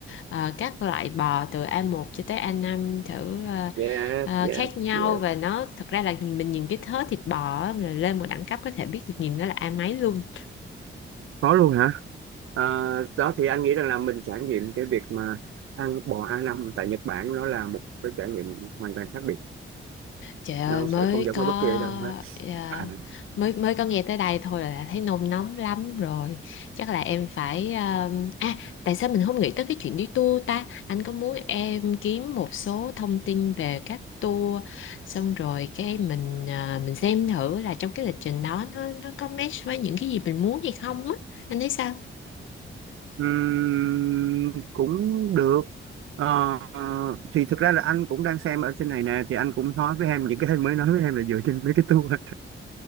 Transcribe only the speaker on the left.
ờ, các loại bò từ a một cho tới a năm thử ờ,
ờ,
khác nhau
và nó thật ra là mình nhìn cái thớ thịt bò á, là lên một đẳng cấp có thể biết được nhìn nó là A mấy luôn.
Trời ơi
mới
có
à,
mới mới có nghe tới đây thôi là thấy nôn nóng lắm rồi. Chắc là em phải à, à tại sao mình không nghĩ tới cái chuyện đi tour ta? Anh có muốn em kiếm một số thông tin về các tour xong rồi cái mình à, mình xem thử là trong cái lịch trình đó nó nó có match với những cái gì mình muốn hay không á. Anh thấy sao?